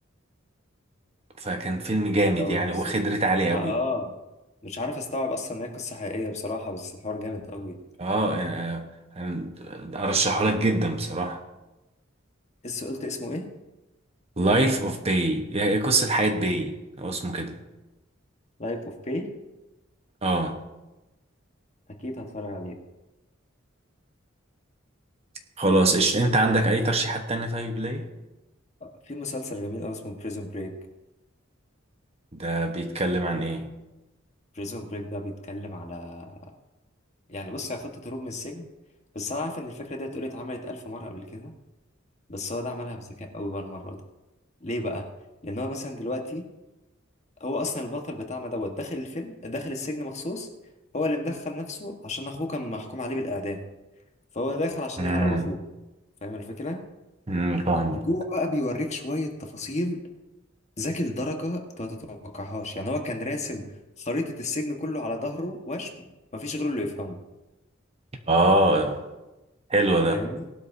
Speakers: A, on the right; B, on the left.
A: فكان فيلم جامد
B: أول
A: يعني
B: قصة
A: واخد ريت عالي
B: آه
A: قوي
B: مش عارف أستوعب أصلا إن هي قصة حقيقية بصراحة بس الحوار جامد أوي
A: اه آه، آه، ارشحه لك جدا بصراحة
B: لسه قلت اسمه إيه؟
A: لايف اوف باي يعني قصة حياة باي هو اسمه كده
B: لايف أوف باي
A: اه
B: أكيد هتفرج عليه
A: خلاص قشطة انت عندك اي ترشيحات تانية طيب ليا
B: آه، في مسلسل جميل أوي اسمه بريزون بريك
A: ده بيتكلم عن ايه
B: بريزون بريك ده بيتكلم على يعني بص هي خطة هروب من السجن بس أنا عارف إن الفكرة دي اتقولت اتعملت ألف مرة قبل كده بس هو ده عملها بذكاء أوي بقى المرة دي ليه بقى؟ لأن هو مثلا دلوقتي هو أصلا البطل بتاعنا دوت داخل الفيلم داخل السجن مخصوص هو اللي مدخل نفسه عشان أخوه كان محكوم عليه بالإعدام فهو داخل عشان
A: مم.
B: يهرب اخوه فاهم الفكره
A: امم فاهمك
B: وجوه بقى بيوريك شويه تفاصيل ذكي لدرجه انت ما تتوقعهاش يعني هو كان راسم خريطه السجن كله على ظهره وشم مفيش غيره اللي يفهمه
A: اه حلو
B: انت
A: ده
B: فاهمني